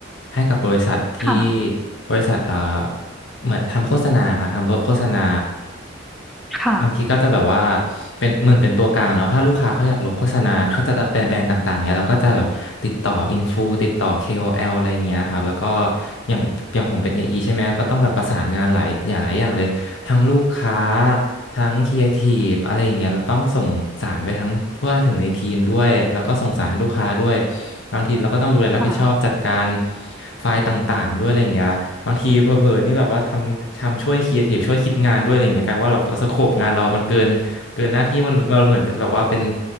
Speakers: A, on the left (about 70°); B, in the centre.
A: ให้กับบริษัทที่
B: ค่ะ
A: บริษัทอ่า เหมือนทำโฆษณาค่ะทำโฆษณา
B: ค่ะ
A: บางทีก็จะแบบว่าเป็นเหมือนเป็นตัวกลางเนาะถ้าลูกค้าเขาอยากลงโฆษณาเขาจะแบรนด์แบรนด์ต่างๆเนี่ยเราก็จะแบบติดต่ออินฟูติดต่อ KOL อแอลอะไรอย่างเงี้ยครับแล้วก็อย่างอย่างผมเป็น AE ใช่ไหมก็ต้องแบบประสานงานหลายหลายอย่างเลยทั้งลูกค้าทั้งครีเอทีฟอะไรอย่างเงี้ยเราต้องส่งสารไปทั้งทั่วถึงในทีมด้วยแล้วก็ส่งสารให้ลูกค้าด้วยบางทีเราก็ต้องดูแลรับผิดชอบจัดการ
B: ค่ะ
A: ไฟล์ต่างๆด้วยอะไรอย่างเงี้ย บางทีเผลอๆนี่แบบว่าทำทำช่วยครีเอทีฟช่วยคิดงานด้วยอะไรอย่างเงี้ยกลายว่าแบบสโคปงานเรามันเกินเกินหน้าที่มันเราเหมือนเป็นแบบว่าเป็น